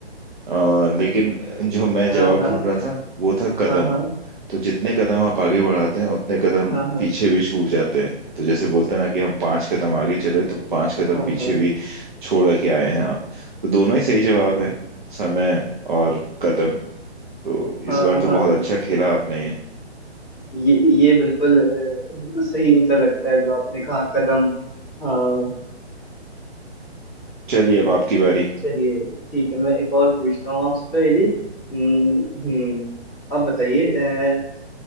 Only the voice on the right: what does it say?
आ, लेकिन जो मैं
जवाब
ढूंढ रहा था वो था कदम
तो जितने कदम आप आगे बढ़ाते हैं उतने कदम
पीछे भी छूट जाते हैं तो जैसे बोलते हैं ना कि हम पांच कदम आगे चले तो पांच कदम
पीछे
भी छोड़ के आए हैं आप तो दोनों ही सही जवाब है समय और कदम तो
इस बार
तो
बहुत अच्छा खेला आपने ये
चलिए अब आपकी बारी